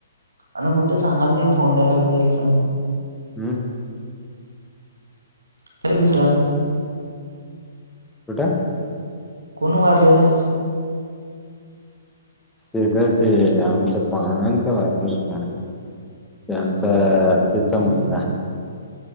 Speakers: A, on the right (about 75°); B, in the centre.
A: आणि कुठे सांगालते फोंड्याला नि गेलेसा म्हणून
B: हम्म
A: <unintelligible>
B: कुठं?
A: <inaudible> कोण वारलेलं आज?
B: तिकडं ते आमच्या पाहुण्यांचं वारलं, ते आमचं तेचा
A: हम्म
B: मुलगा.